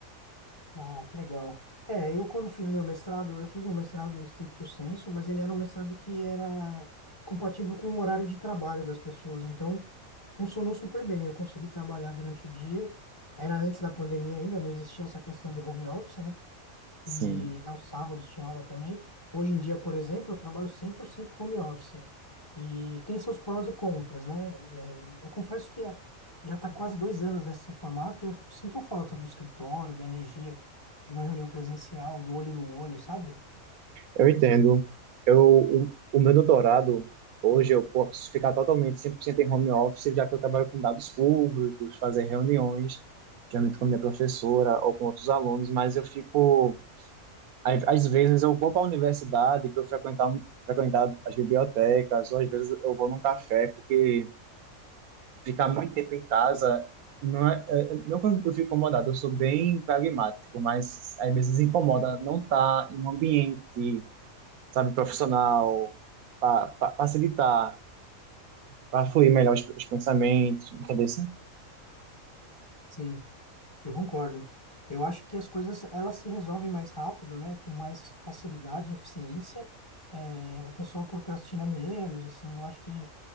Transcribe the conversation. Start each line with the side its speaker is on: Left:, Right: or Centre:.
Left: Ah, que legal. É, eu quando fiz meu mestrado, eu fiz um mestrado stricto sensu, mas ele era um mestrado que era compatível com o horário de trabalho das pessoas. Então, funcionou super bem. Eu consegui trabalhar durante o dia. Era antes da pandemia ainda, não existia essa questão de home office, né?
Right: Sim.
Left: e aos sábados tinha aula também. Hoje em dia, por exemplo, eu trabalho 100% home office e tem seus prós e contras, né? Eh, Eu confesso que eh, já está quase dois anos nesse formato e eu sinto falta do escritório, da energia de uma reunião presencial, do olho no olho, sabe?
Right: Eu entendo. Eu, o, o meu doutorado, hoje eu posso ficar totalmente 100% em home office, já que eu trabalho com dados públicos, fazer reuniões, geralmente com a minha professora ou com outros alunos, mas eu fico. Às às vezes eu vou para a universidade para eu frequentar, frequentar as bibliotecas, ou às vezes eu vou num café, porque ficar muito tempo em casa. Não, é, é- não quando eu fico incomodado, eu sou bem pragmático, mas às vezes incomoda não estar em um ambiente sabe, profissional, para facilitar, para fluir melhor os, os pensamentos, entendeu? Sim,
Left: Sim. Eu concordo. Eu acho que as coisas elas se resolvem mais rápido, né? Com mais facilidade e eficiência. É, o pessoal procrastina menos, assim. Eu acho que